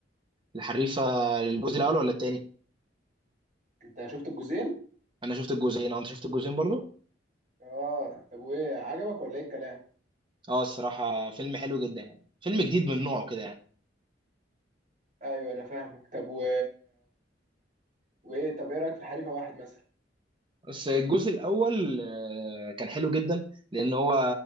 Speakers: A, on the right (about 30°); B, on the right (about 45°).
A: الحريفه الجزء الاول ولا التاني
B: انت شفت الجزئين
A: انا شفت الجزئين اه، انت شفت الجزئين برضو
B: اه طب وايه عجبك ولا ايه الكلام
A: اه الصراحه فيلم حلو جدا يعني فيلم جديد من نوعه كده يعني
B: ايوه انا فاهمك طب و... وايه طب ايه رايك في الحريفه واحد مثلا
A: بس الجزء الاول آه، كان حلو جدا لان هو